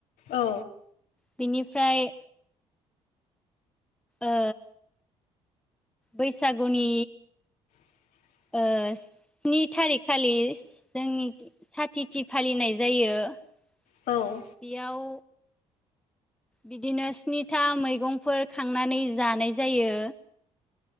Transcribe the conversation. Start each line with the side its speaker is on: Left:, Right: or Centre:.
Left: औ।
Centre: बिनिफ्राय ओ बैसागुनि
Left: <inaudible>
Centre: ओ स्नि थारिख खालि जोंनि साथिथि फालिनाय जायो। बेयाव
Left: औ
Centre: बिदिनो स्निथा मैगंफोर खांनानै जानाय जायो।